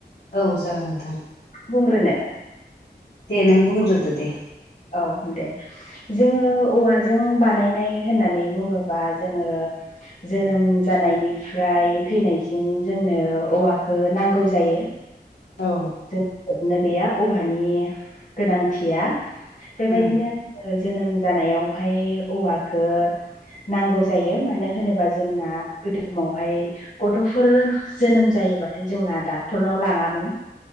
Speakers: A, on the left; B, on the left.
A: औ जागोन नोंथां
B: बुंग्रोनो
A: दे नों बुंग्रोदो दे
B: औ दे जोङो औवाजों बानायनाय होननानै बुङोबा जोङो जोनोम जानायनिफ्राय थैजासिम जोंनो औवाखौ नांगौ जायो <inaudible> <inaudible>
A: औ
B: जोबनो गैया औवानि गोनांथिया बेबायदिनो
A: उम
B: जोनोम जानायावहाय औवखौ नांगौ जायो मानो होनोबा जोंना गोदो समावहाय गथ'फोर जोनोम जायोबाथाय जोंना डाक्टरनाव लाङामोन